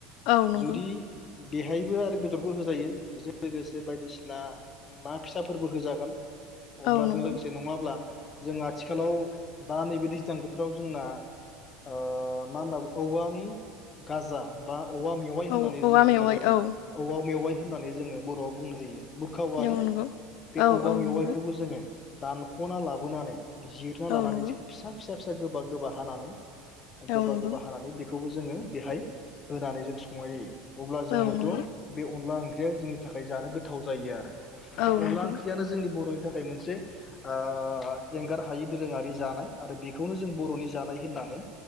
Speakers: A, on the left; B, on the left.
A: औ नंगौ।
B: जुदि बेहायबो आरो बेदरबो होजायो बेजों लोगोसे बायदिसिना ना फिसाफोरबो होजागोन। अनलाजों
A: औ नंगौ
B: लोगोसे नङाब्ला जों आथिखालाव बा नैबे दैज्लां बोथोराव जोंना ओ मा होनना औवानि गाजा बा औवा मे होननानै
A: औ
B: जों
A: औवा
B: बुंनाय
A: मेवाइ
B: जायो
A: औ
B: औवा मेवाइ होननानै जोङो बर'आव बुंनाय जायो। बुरखा औवानि
A: औ नंगौ
B: बे
A: औ
B: औवा
A: औ
B: मेवाइखौबो
A: नंगौ
B: जोङो दानख'ना लाबोनानै जिरना लानानै
A: औ नंगौ
B: जिखौ फिसा फिसा फिसा गोबा गोबा हानानै
A: औ
B: गोबा
A: नंगौ
B: गोबा हानानै बे खौबो जोङो बेहाय होनानै जों सं संनाय जायो। अब्ला जों
A: औ
B: हयथ'
A: नंगौ
B: बे अनला ओंख ओंख्रिया जोंनि थाखाय जानो गोथाव जायो आरो।
A: औ
B: अनला
A: नंगौ
B: ओंख्रियानो जोंनि बर'नि नि थाखाय मोनसे ओ एंगार हायि दोरोङारि जानाय आरो बेखौनो जों बर'नि जानाय होननानै